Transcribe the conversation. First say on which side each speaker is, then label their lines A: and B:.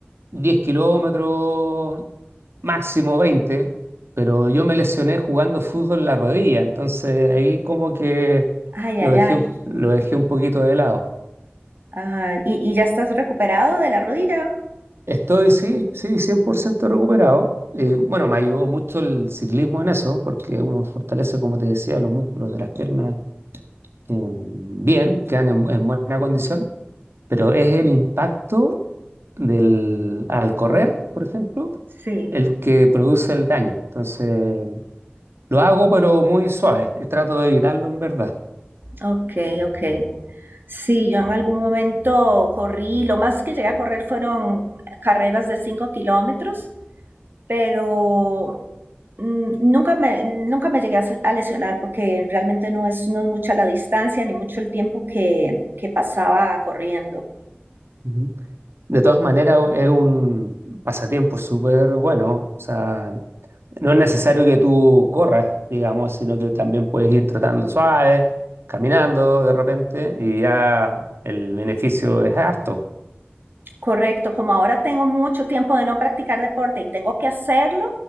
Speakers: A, on the right; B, on the right.
A: 10 kilómetros, máximo veinte pero yo me lesioné jugando fútbol en la rodilla, entonces ahí como que
B: Ay,
A: lo
B: ay,
A: dejé,
B: ay.
A: un- lo dejé un poquito de lado.
B: Ajá. ¿Y, y ya estás recuperado de la rodilla?
A: Estoy, sí, sí, 100% recuperado. Eh, bueno, me ayudó mucho el ciclismo en eso, porque uno fortalece, como te decía, los músculos de las piernas em, bien, quedan en, en buena condición, pero es el impacto del, al correr, por ejemplo,
B: Sí,
A: el que produce el daño. Entonces, lo hago, pero muy suave, y trato de evitarlo en verdad.
B: ok, ok. Sí, yo en algún momento corrí, lo más que llegué a correr fueron carreras de 5 kilómetros, pero mm, nunca me, nunca me llegué a, se- a lesionar porque realmente no es, no es mucha la distancia ni mucho el tiempo que, que pasaba corriendo.
A: Ujú. De todas maneras, es un pasatiempo súper bueno. O sea, no es necesario que tú corras, digamos, sino que también puedes ir trotando suave, caminando de repente, y ya el beneficio es harto.
B: Correcto, como ahora tengo mucho tiempo de no practicar deporte y tengo que hacerlo,